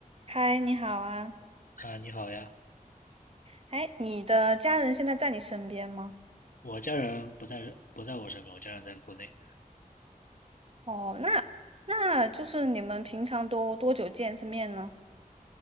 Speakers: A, on the right; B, on the left.
A: 嗨，你好啊！
B: 啊，你好呀，
A: 哎，你的家人现在在你身边吗？
B: 我家人不在不在我身边，我家人在国内。
A: 哦，那那就是你们平常都多久见一次面呢？